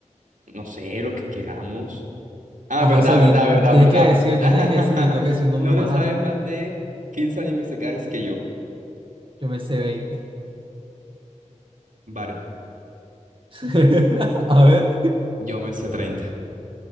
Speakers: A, on the right (about 90°); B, on the right (about 40°).
A: no sé, lo que queramos. Ah,
B: Ajá,
A: verdad,
B: o sea, di-
A: verdad, verdad,
B: tienes
A: verdad.
B: que decir,
A: <laughs>
B: tienes que decir, yo tengo que decir un número
A: No te
B: más
A: sabes
B: alto.
A: más de 15 animes isekais que yo.
B: Yo me sé veinte
A: Vale,
B: <laughs> A ver,
A: yo me sé 30.